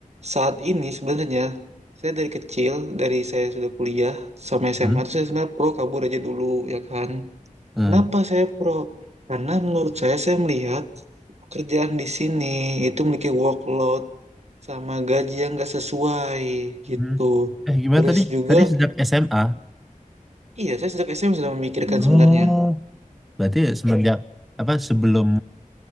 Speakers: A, on the right; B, in the centre.
A: saat ini sebenarnya. Saya dari kecil, dari saya sudah kuliah sampai SMA,
B: Hmm?
A: tuh saya sebenarnya pro kabur aja dulu, ya kan?
B: Hmm.
A: Kenapa saya pro? Karena menurut saya, saya melihat pekerjaan di sini itu memiliki workload sama gaji yang nggak sesuai gitu.
B: Hmm. Eh, gimana
A: Terus
B: tadi?
A: juga,
B: Tadi sejak SMA.
A: iya saya sejak SMA sudah memikirkan
B: Oh,
A: sebenarnya.
B: berarti semenjak apa sebelum